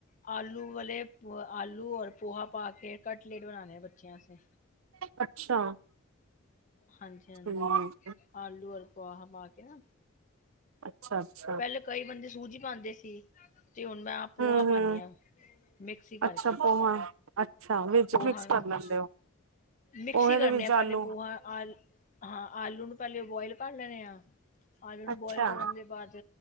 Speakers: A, on the left; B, on the right.
A: ਆਲੂ ਵਾਲੇ ਆਲੂ ਔਰ ਪੋਹਾ ਪਾ ਕੇ ਕਟਲੇਟ ਬਣਾਉਣੇ ਆ ਬੱਚਿਆ ਆਸਤੇ
B: ਅੱਛਾ।
A: ਹਾਂਜੀ, ਹਾਂਜੀ
B: ਠੀਕ
A: ਆਲੂ ਔਰ ਪੋਹਾ ਪਾ ਕੇ ਨਾ
B: ਅੱਛਾ, ਅੱਛਾ।
A: ਪਹਿਲੇ ਕਈ ਬੰਦੇ ਸੂਜੀ ਪਾਉਂਦੇ ਸੀ ਤੇ ਹੁਣ ਮੈਂ ਪੋਹਾ
B: ਹੂੰ ਹੂੰ
A: ਪਾਉਂਦੀ ਹਾਂ। ਮਿਕਸੀ ਕਰਕੇ
B: ਅੱਛਾ ਪੋਹਾ ਅੱਛਾ ਵਿੱਚ
A: ਪੋਹਾ
B: ਮਿਕਸ
A: ਨੂੰ
B: ਕਰ ਲੈਂਦੇ ਹੋ ਪੋਹੇ
A: ਮਿਕਸੀ ਕਰਨੇ
B: ਦੇ ਵਿੱਚ
A: ਆ ਪਹਿਲੇ
B: ਆਲੂ
A: ਪੋਹਾ ਹਾਂ ਆਲੂ ਨੂੰ ਪਹਿਲੇ ਬੋਆਇਲ ਕਰ ਲੈਣੇ ਆ ਆਲੂ ਨੂੰ
B: ਅੱਛਾ
A: ਬੋਇਲ ਕਰਨ ਦੇ ਬਾਅਦ